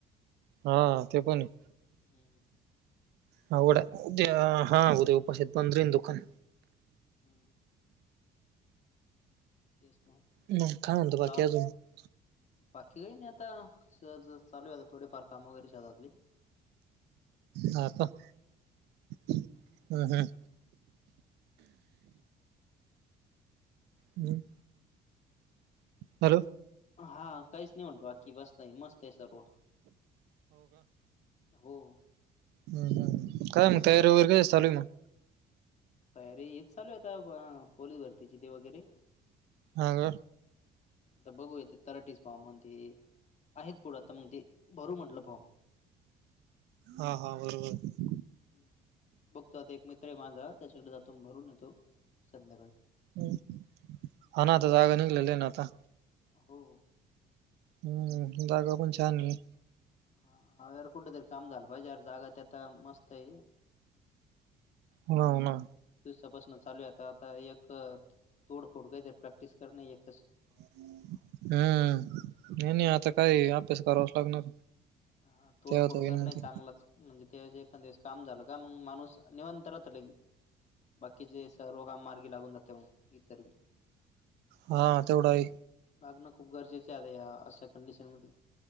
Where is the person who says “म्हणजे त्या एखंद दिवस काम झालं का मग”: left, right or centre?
Left